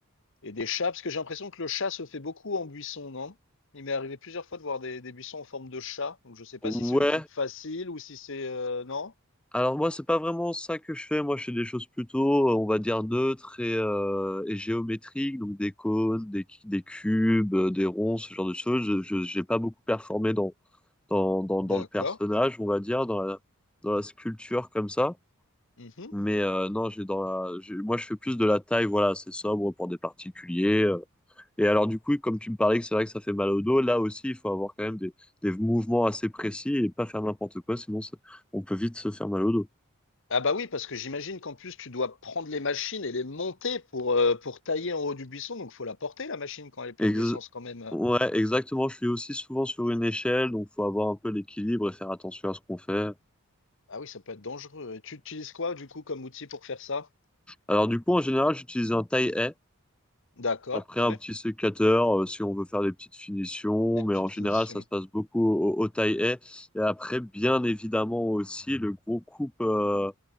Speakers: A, on the left; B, in the centre.
A: et des chats, parce que j'ai l'impression que le chat se fait beaucoup en buisson, non? Il m'est arrivé plusieurs fois de voir des, des buissons en forme de chat, donc je sais pas
B: Ouais.
A: si c'est une coupe facile ou si c'est... euh, non?
B: Alors moi c'est pas vraiment ça que je fais. Moi je fais des choses plutôt, euh, on va dire neutres et, euh, et géométriques, donc des cônes, des, cu- des cubes, euh, des ronds, ce genre de choses. Je, je- j'ai pas beaucoup performé dans dans dans,
A: D'accord.
B: dans le personnage, on va dire, dans la dans la sculpture comme ça.
A: Mhm.
B: Mais euh, non, j'ai dans la, j'ai- moi je fais plus de la taille, voilà, c'est sobre pour des particuliers. euh, Et alors, du coup, comme tu me parlais que c'est vrai que ça fait mal au dos, là aussi, il faut avoir quand même des, des mouvements assez précis et pas faire n'importe quoi, sinon ça- on peut vite se faire mal au dos.
A: Ah bah oui, parce que j'imagine qu'en plus, tu dois prendre les machines et les monter pour, euh, pour tailler en haut du buisson, donc faut la porter, la machine, quand elle est pleine
B: Ex-
A: d'essence quand même.
B: ouais, exactement. Je suis aussi souvent sur une échelle, donc faut avoir un peu l'équilibre et faire attention à ce qu'on fait.
A: Ah oui, ça peut être dangereux. Et tu utilises quoi, du coup, comme outil pour faire ça?
B: Alors, du coup, en général, j'utilise un taille-haie,
A: D'accord,
B: après un
A: ouais.
B: petit sécateur euh, si on veut faire des petites finitions,
A: Des
B: mais
A: petites
B: en général,
A: finitions.
B: ça se passe beaucoup au, au taille-haie. Et après, bien évidemment aussi, le gros coupe. euh,